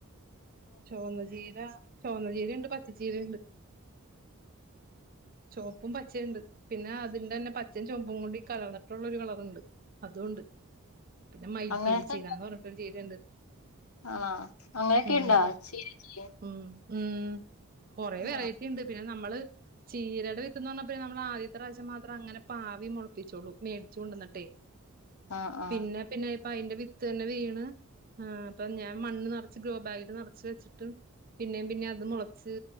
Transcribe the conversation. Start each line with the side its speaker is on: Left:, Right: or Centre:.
Right: ചൊവന്ന ചീര ചുവന്ന ചീരയിണ്ട് പച്ച ചീരയിണ്ട് ചൊവപ്പും പച്ചയിണ്ട് പിന്നെ അതിന്റെ തന്നെ പച്ചയും ചൊവപ്പും കൂടി കലർന്നിട്ടുള്ള ഒരു കളറുണ്ട് അതും ഇണ്ട് പിന്നെ മയിൽ
Left: അങ്ങനത്തെ
Right: പീലി ചീരാന് പറഞ്ഞിട്ടൊരു ചീരണ്ട്
Left: ആണോ അങ്ങനെയൊക്കെ
Right: ഉം
Left: ഇണ്ടോ ചീരക്ക്
Right: ഉം ഊം കൊറേ
Left: ആ
Right: വെറൈറ്റിണ്ട് പിന്ന നമ്മള് ചീരടെ വിത്ത്ന് പറഞ്ഞ പിന്നെ നമ്മൾ ആദ്യത്തെ പ്രാവശ്യം മാത്രം അങ്ങനെ പാവി മൊളപിചൊള്ളു മേടിച് കൊണ്ടന്ട്ടൈ
Left: ആ ആ
Right: പിന്നെ പിന്നെ ഐന്റെ വിത്തെന്നെ വീണ് ആ പ്പൊഞാൻ മണ്ണ് നർ കൊർച് ഗ്രോബാഗിൽ നെർച്ച് വെച്ചിട്ട് പിന്നേം പിന്നേം അത് മൊളച്ച്